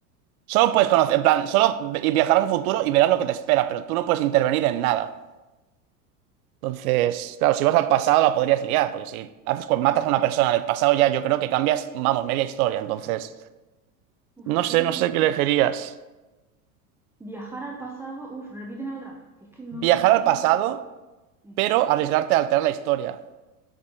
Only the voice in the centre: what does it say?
Uf,
qué
difícil.
Viajar al pasado, uf, repítemelo otra vez, que es que no,
no
lo sé. Sí,